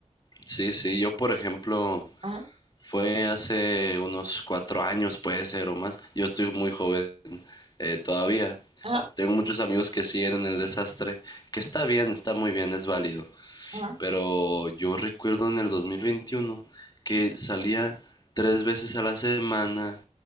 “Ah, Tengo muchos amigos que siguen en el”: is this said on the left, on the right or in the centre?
Left